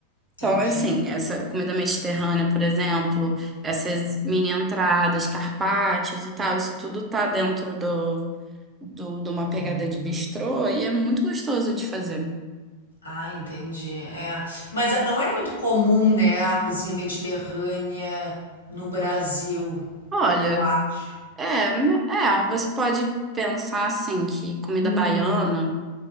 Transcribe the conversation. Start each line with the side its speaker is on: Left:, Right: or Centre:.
Left: Entendi.
Right: Então, assim, essa comida mediterrânea, por exemplo, essas mini entradas, carpaccios e tal, isso tudo tá dentro do, do, de uma
Left: Uhum.
Right: pegada de bistrô e é muito gostoso de fazer.
Left: Ah, entendi. É. Mas ah, não é muito comum, né, a cozinha mediterrânea no Brasil,
Right: Olha,
Left: eu acho.
Right: é, me- é, você pode pensar assim que comida
Left: Hum,
Right: baiana,